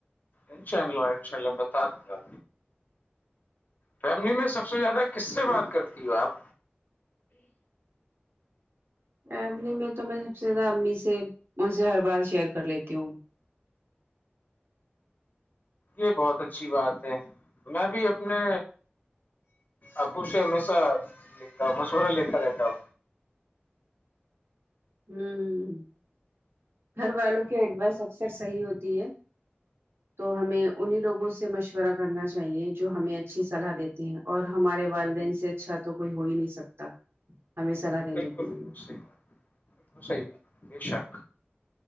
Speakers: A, on the left; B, on the right.
A: انشاء اللہ انشاء اللہ بتا دوں گا فیملی میں سب سے زیادہ کس سے
B: جی
A: بات کرتی ہو آپ
B: فیملی میں تو میں سب سے زیادہ امی سے ان سے ہر بات شیئر کر لیتی ہوں
A: یہ بہت اچھی بات ہے میں بھی اپنے ابو سے ہمیشہ مشورہ لیتا رہتا ہوں
B: ہوں گھر والوں کی ایڈوائس اکثر صحیح ہوتی ہے تو ہمیں انہیں لوگوں سے مشورہ کرنا چاہیے جو ہمیں اچھی صلاح دیتی ہیں اور ہمارے والدین سے اچھا تو کوئی ہو ہی نہیں سکتا ہمیں صلاح دینے
A: بالکل
B: کے لیے
A: بالکل
B: ہوں
A: صحیح بات بالکل صحیح بات بے شک